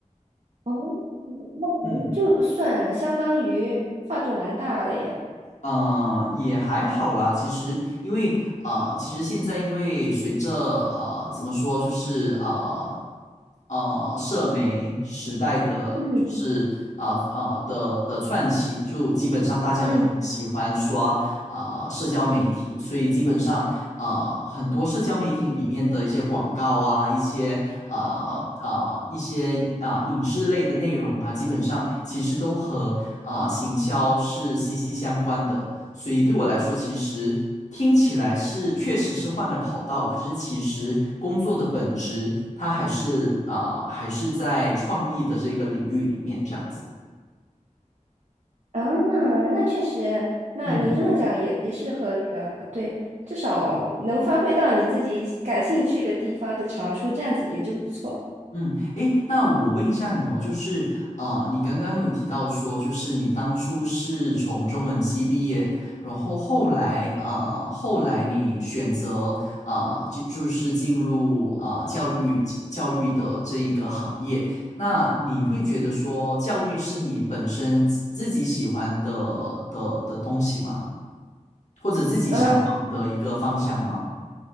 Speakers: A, on the right; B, on the left.
A: 哦，那那就算相当于跨度蛮大了耶。
B: 嗯。嗯，呃也还好啦。其实，因为啊、呃其实现在因为随着呃，怎么说，就是啊呃，呃社媒时代的，
A: 嗯
B: 就是啊啊、呃呃的的串起，就基本上大家都很喜欢刷啊、
A: 嗯
B: 社交媒体，所以基本上啊、很多社交媒体里面的一些广告啊，
A: 嗯。
B: 一些啊啊、一些啊、呃影视类的内容啊，基本上其实都和啊、呃行销是息息相关的。所以对我来说，其实听起来是确实是换了跑道，可是其实工作的本质，它还是啊、呃还是在创意的这个领域里面这样子。
A: 嗯，那确实，那你这么讲也也是合理的，
B: 嗯。
A: 对，至少能发挥到你自己感兴趣的地方的长处，这样子也就不错。
B: 嗯，诶，那我问一下你哦，就是啊、呃你刚刚有提到说，就是你当初是从中文系毕业，然后后来啊、呃后来你选择啊、呃就就是进入啊、呃教育教育的这一个行业，那你会觉得说，教育是你本身自自己喜欢的的的东西吗？或者自己向往的一个方向吗？
A: 嗯、